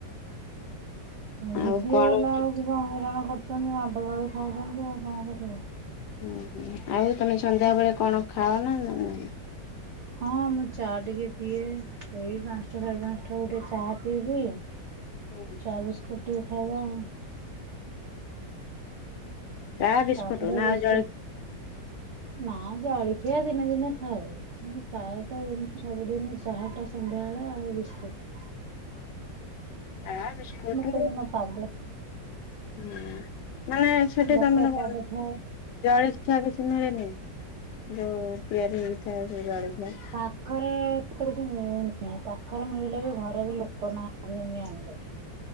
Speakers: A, on the right (about 80°); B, on the left (about 75°).
A: ଜିଦିଆ
B: ଆଉ କଣ
A: ହେଲା ବେଳକୁ ବା ହଇରାଣ କରୁଛନ୍ତି ମାଡ ଗାଳି ଖାଉଛନ୍ତି ଆଉ କଣ କରିବ।
B: ହୁଁ, ଆଉ ତମେ ସନ୍ଧ୍ୟା ବେଳେ କଣ ଖାଅ ନା ନାହିଁ।
A: ହଁ, ମୁଁ ଚା ଟିକେ ପିଏ ଏଇ ପାଞ୍ଚଟା ସାଢ଼େ ପାଞ୍ଚଟା ବେଳୁ କୁ ଟିକେ ଚା ପିଇବି।
B: ହୁଁ।
A: ଚା, ବିସ୍କୁଟ ଟିକେ ଖାଇବ ଆଉ।
B: ଚା ବିସ୍କୁଟୁ
A: ତାପରେ
B: ନା
A: ରୋଷେଇ
B: ଆଉ ଜଳି
A: ନା ଜଳୀ ଖିଆଦିନେ ଦିନେ ଖାଏ। ପ୍ରାୟତଃ ସବୁଦିନ ଚାହା ଟା ସନ୍ଧ୍ୟାବେଳେ ଆଉ ବିସ୍କୁଟ।
B: ଚାହା ବିସ୍କୁଟ୍।
A: କୋଉଦିନ ପାଗ
B: ହୁଁ ମାନେ ସେଠି
A: ଗଛୁଆ
B: କଣ
A: ପାଗ ଥାଏ
B: ଜାଣିଛି। ମିଠା କିଛି ମିଳେନି ଯୋଉ ତିଆରି ହେଇଥାଏ ସେଇ ଜଳଖିଆ।
A: ପାଖରେ ତ କିଛି ମିଳୁନି ପାଖରେ ମିଳିଲେ ବି ଘରେ ବି ଲୋକ ନାଁ ଯାଇକି ଆଣିବାକୁ। <inaudible>